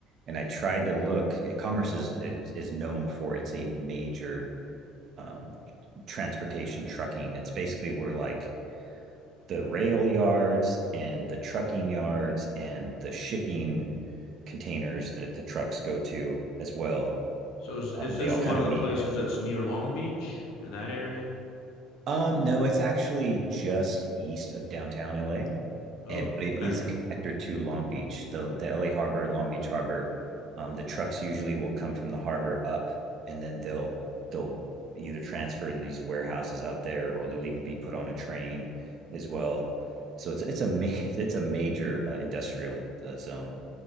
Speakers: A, on the right; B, on the left.
A: And I tried to look, and Commerce is it is known for it's a major um, transportation trucking. It's basically where like the rail yards and the trucking yards and the shipping containers that the trucks go to as well.
B: So is, is
A: Um, they
B: this
A: all kind
B: one
A: of
B: of
A: meet.
B: the places that's near Long Beach in that area?
A: Um, no, it's actually just east of downtown LA.
B: Oh,
A: and but it
B: okay.
A: is a connector to Long Beach, the the LA Harbor and Long Beach Harbor. Um, the trucks usually will come from the harbor up, and then they'll they'll either transfer in these warehouses out there, or they'll even be put on a train as well. So it's it's a ma- <laughs> it's a major uh, industrial uh, zone.